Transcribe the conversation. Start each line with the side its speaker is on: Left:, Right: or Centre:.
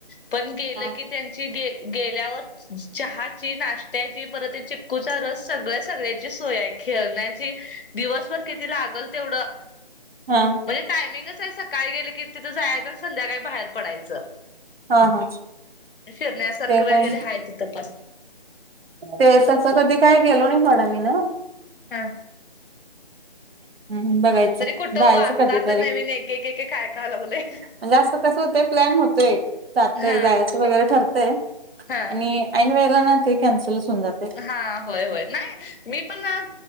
Left: पण गेलं
Right: हा
Left: की त्यांची गेल्यावर. चहाची नाश्त्याची परत आहे चिक्कूचा रस. सगळ्या सगळ्याची सोय खेळण्याची दिवसभर किती लागल तेवढं.
Right: हा.
Left: म्हणजे टायमिंगच आहे सकाळी गेले की तिथं जायचं आणि संध्याकाळी बाहेर पडायचं.
Right: हा हा
Left: फिरण्यासारखं
Right: ते
Left: वगैरे
Right: काय
Left: ह तिथं पण.
Right: ते तस कधी काय गेलो नाही थोडा मी न
Left: हां
Right: हम्म बघायच
Left: आम्ही तरी कुठं
Right: जायच
Left: ओ आता
Right: कधीतरी
Left: आता नवीन एक एक एक एक ऐकाय लागलोय.
Right: हे अस कस होतय प्लॅन होत ते जातय
Left: हा
Right: जायच वगैरे ठरतय
Left: हा.
Right: आणि ऐन वेळेला ना ते कॅन्सलच होऊन जात.
Left: हां होय होय नाही. मी पण ना